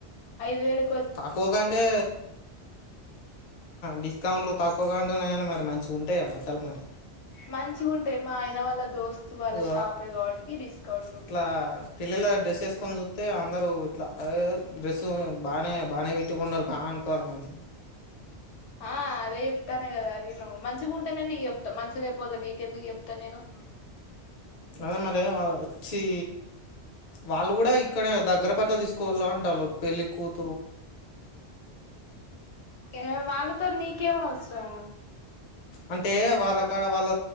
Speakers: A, on the left; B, on the left.
A: ఐదు వేలు.
B: తక్కువ గంటే డిస్కౌంట్లు తక్కువ గంటేన్నాని. మంచిగా ఉంటాయ బట్టలు మరి.
A: మంచిగ ఉంటాయి మా ఆయన వాళ్ళ దోస్తు వాళ్ళ
B: ఇక
A: షాపే కాబట్టికి డిస్కౌంట్.
B: ఇట్లా పిల్లల డ్రెస్ ఎసుకొని చూస్తే అందరు ఇట్ల డ్రెస్ బానే బానే పెట్టుకున్నారు అహ అనుకోవాలి మంచిది.
A: ఆ అదే చెప్తాన్న కదా నేను మంచిగా ఉంటేనే నీకు చెప్తా మంచిగా లేకపోతే నీకెందుకు చెప్తా నేను. <inaudible>
B: అదే మరి వాళ్ వచ్చి వాళ్ళు కూడ ఇక్కడ దగ్గర పట్ల తీసుకోళు అంటాన్లు. పేళ్లి కుత
A: ఏ వాళ్లతోన్ నీకేం అవస్ దా
B: అంటే వాళ్ళ కాడ వాళ్ళ